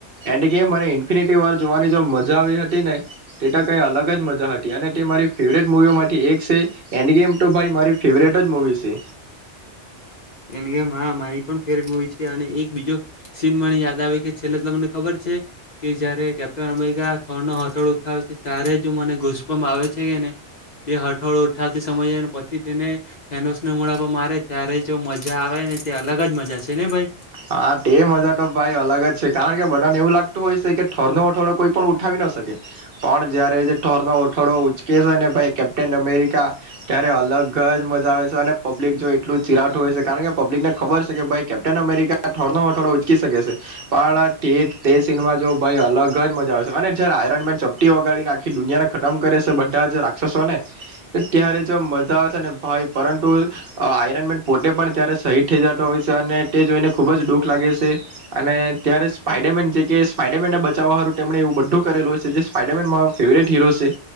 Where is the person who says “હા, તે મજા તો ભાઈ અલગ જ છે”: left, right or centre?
Right